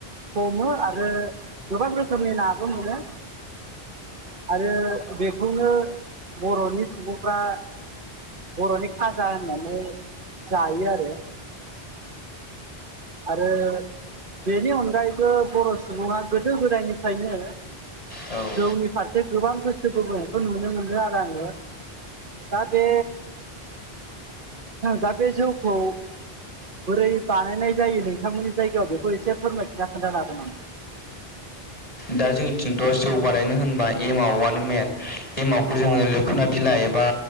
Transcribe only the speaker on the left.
औ
दा जोंनिथिंथ' जौगानायनो होनबा एमावआनो मेन एमावखौ जोङो
मोखोना बिलाइ एबा बा